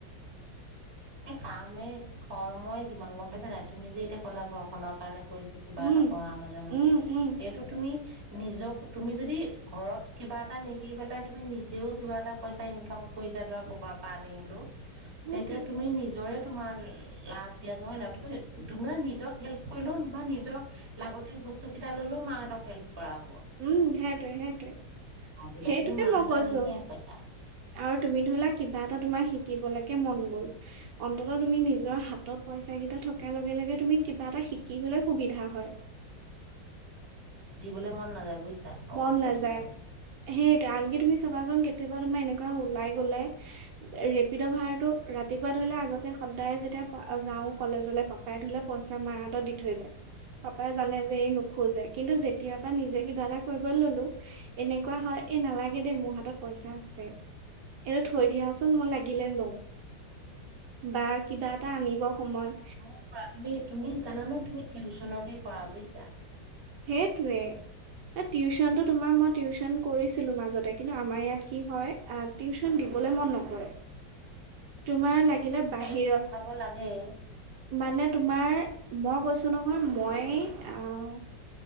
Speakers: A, on the right (about 15°); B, on the right (about 75°).
A: এ কামেই ঘৰ মই যিমান গম পাইছো নাই তুমি যে এতিয়া ক'লা ঘৰখনৰ কাৰণে কৰিছো কিবা
B: উম
A: এটা পঢ়া মাজে-মাজে
B: উম উম
A: এইটো তুমি নিজক তুমি যদি ঘৰত কিবা এটা নিদি পেলাই তুমি নিজেও কিবা এটা পইচা ইনকাম কৰিছা ধৰা কবাৰ পৰা আনি হলেও,
B: সেইটোৱেই।
A: তেতিয়া তুমি নিজৰে তোমাৰ লাভ দিয়া যে হয় নে নাই তুমি তুমি নিজক হেল্প কৰিলেও বা নিজৰ লাগতিয়াল বস্তু কেইটা ললেও মাহঁতক হেল্প কৰা হ'ব
B: উম' সেইটোৱেই-সেইটোৱেই।
A: ভাবিলে
B: সেইটোকে
A: তুমি মাহঁতক
B: মই কৈছো
A: নিদিয়া পইচা
B: আৰু তুমি ধৰিলা কিবা এটা তোমাৰ শিকিবলৈকে মন গ'ল অন্তত তুমি নিজৰ হাতত পইচা কেইটা থকা তাৰ লগে-লগে তুমি কিবা এটা শিকিবলৈ সুবিধা হয়।
A: বোলে মন নাযায় অৱস্থাটো
B: মন নাযায়,
A: এ
B: সেইটো আনকি তুমি চাবাচোন কেতিয়াবা তোমাৰ এনেকুৱা ওলাই গলে ৰেপিড' ভাৰাটো ৰাতিপুৱা ধৰিলে আগতে সদায় যেতিয়া যাওঁ কলেজলে পাপাই ধৰিলে, পইচা মাৰ হাতত দি থৈ যায়। পাপাই জানে যে এই নোখোজে। কিন্তু যেতিয়াৰ পৰা নিজে কিবা এটা কৰিব ললো এনেকুৱা হয় এ নালাগে দেই মোৰ হাতত পইচা আছে, এইটো থৈ দিয়াচোন মই লাগিলে লম বা কিবা এটা আনিব সময়ত
A: <unintelligible> তুমি জানানে তুমি টিউচনকে কৰা বুইছা।
B: সেইটোৱে টিউচনতো তোমাৰ মই টিউচন কৰিছিলো মাজতে কিন্তু আমাৰ ইয়াত কি হয় আহ টিউচন দিবলৈ মন নকৰে। তোমাৰ লাগিলে
A: ল'ৰা
B: বাহিৰত,
A: ছোৱালীকতো পঢ়াব লাগে
B: মানে তু তোমাৰ মই কৈছো নহয় মই, আহ'